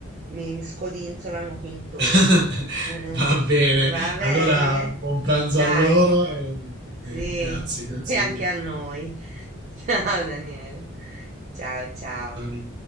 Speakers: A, on the right; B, on the right.
A: mi, mi scodinzolano qui intorno.
B: <laughs>
A: Mm,
B: Va bene,
A: Va bene?
B: allora buon pranzo
A: Dai,
B: a loro e,
A: sì,
B: e grazie, grazie.
A: <laughs> e anche a noi. <laughs> Ciao Daniele. Ciao, ciao.
B: Johnny.